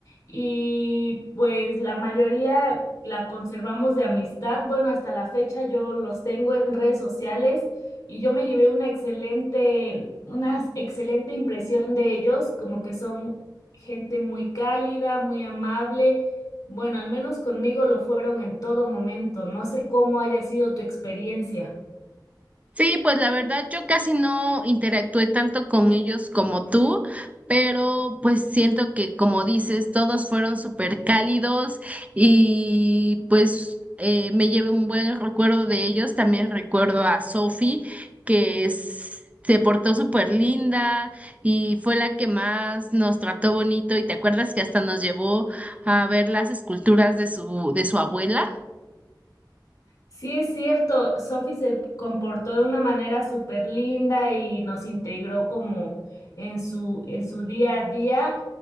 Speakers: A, on the left; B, on the right.
A: y pues la mayoría la conservamos de amistad. Bueno, hasta la fecha yo los tengo en redes sociales y yo me llevé una excelente, una excelente impresión de ellos, como que son gente muy cálida, muy amable bueno, al menos conmigo lo fueron en todo momento. No sé cómo haya sido tu experiencia.
B: Sí, pues la verdad yo casi no interactué tanto con ellos como tú, pero pues siento que como dices, todos fueron súper cálidos y pues eh, me llevé un buen recuerdo de ellos. También recuerdo a Sophie, que es- se portó súper linda y fue la que más nos trató bonito. ¿Y te acuerdas que hasta nos llevó a ver las esculturas de su, de su abuela?
A: Sí es cierto, Sophie se comportó de una manera súper linda y nos integró como en su, en su día a día.